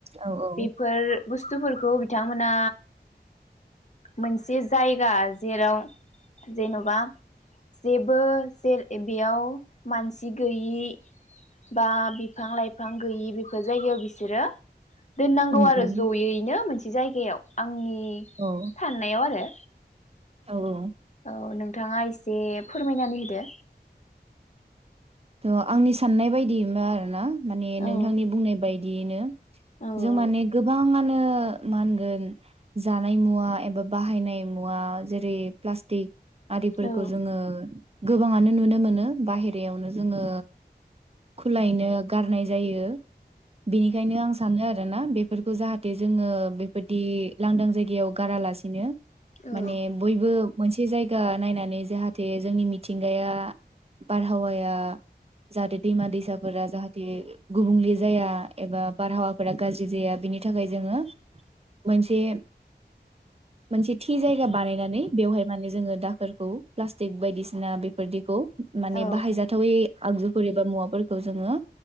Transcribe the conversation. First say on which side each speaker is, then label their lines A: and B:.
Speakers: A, on the right; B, on the left.
A: औ औ
B: बेफोर बु बुस्थुफोरखौ बिथांमोना मोनसे जायगा जेराव जेन'बा जेबो जे बेयाव मानसि सि गैयि बा बिफां लाइफां गैयि बेफोर जायगायाव बिसोरो दोननांगौ
A: उम
B: आरो
A: उम
B: जयैनो मोनसे जायगायाव आं आंनि
A: औ
B: साननायाव आरो
A: औ औ
B: औ नोंथाङा एसे फोरमायनानै होदो।
A: थ' आंनि साननाय बायदि मा आरो ना माने नोंथांनि
B: औ
A: बुंनाय बायदि बिदियैनो
B: औ
A: जों माने गोबाङानो मा होनगोन जानाय मुवा एबा बाहायनाय मुवा जेरै प्लास्टिक आरिफोरखौ
B: औ
A: जोङो गोबाङानो नुनो मोनो बाहेरायावनो जोङो खुलायनो गारनाय जायो बेनिखायनो आं सानो आरो आरो ना बेफोरखौ जाहाथे जोङो बेबायदि लांदां जायगायाव गारालासिनो
B: औ
A: माने बयबो मोनसे जायगा नायनानै जाहाथे जोंनि मिथिंगाया बारहावाया जाहाथे दैमा दैसाफोरा जाहाथे गुबुंले जाया एबा बारहावाफोरा गाज्रि जाया बेनि थाखाय जोङो मोनसे मोनसे थि जायगा बानायनानै बेवहाय माने जोङो दाखोरखौ प्लास्टिक बायदिसिना बेफोरदिखौ माने
B: औ
A: बाहायजाथावै आगजुफोर एबा मुवाफोरखौ जोङो